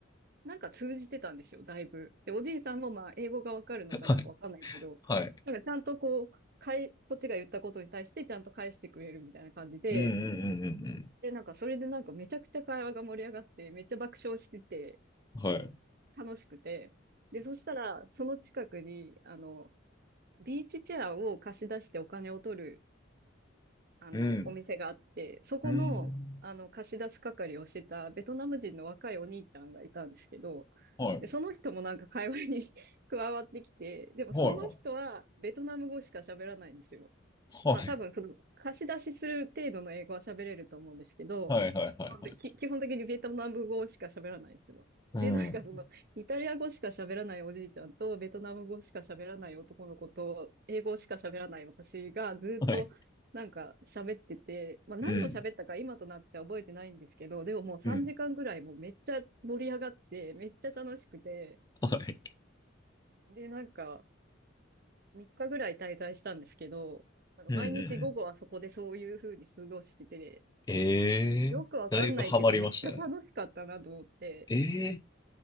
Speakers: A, on the right; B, on the left.
A: なんか通じてたんですよ、だいぶ。で、おじいさんもまあ、英語がわかるのかなんかわかんないけど、
B: はい。はい。
A: なんかちゃんとこう、かい、こっちが言ったことに対してちゃんと返してくれるみたいな感じで、
B: うんうんうんうん
A: で、なんかそれでなんかめちゃくちゃ会話が盛り上がって、めっちゃ爆笑してて、
B: うん。はい。
A: 楽しくて、で、そしたら、その近くに、あの、ビーチチェアを貸し出してお金を取るあの、
B: うん
A: お店があって、そこの、
B: うん。
A: あの、貸し出す係をしてたベトナム人の若いお兄ちゃんがいたんですけど、
B: はい。
A: で、その人もなんか会話に <laughs> 加わってきて、でもその人はベトナム語しか喋らないんですよ。
B: はいはい。はい。
A: まあ多分その貸し出しする程度の英語は喋れると思うんですけど、
B: はいはいはいはい。
A: まあ、べき基本的にベトナム語しか喋らないんですよ。
B: うん。
A: で、なんかその、イタリア語しか喋らないおじいちゃんと、ベトナム語しか喋らない男の子と、英語しか喋らない私がずっとなんか喋ってて、
B: はい。
A: まあ何を喋ったか今となっては覚えてないんですけど、
B: うん。
A: でももう3時間ぐらいもうめっちゃ盛り上がって、
B: うん。
A: めっちゃ楽しくて、
B: はい。
A: で、なんか、3日ぐらい滞在したんですけど、あの、
B: うんうんうん。
A: 毎日午後はそこでそういう風に過ごしてて、
B: ええーだいぶハマりましたね。
A: よくわかんないけど、めっちゃ楽しかったなと思って、
B: ええ